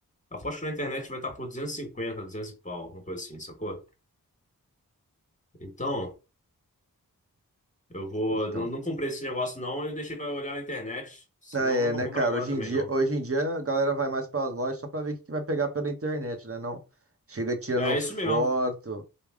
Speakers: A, on the left; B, on the right.
A: Aposto que na internet vai estar por 250, 200 e pau, alguma coisa assim, sacou? Então, eu vou.
B: Então.
A: Não, não comprei esse negócio, não. Eu deixei pra olhar na internet. Senão,
B: Ah, é,
A: eu não vou
B: né,
A: comprar
B: cara?
A: agora
B: Hoje
A: também,
B: em dia,
A: não.
B: hoje em dia a galera vai mais para as lojas só para ver o que que vai pegar pela internet, né? Não chega tirando
A: É
B: foto.
A: isso mesmo.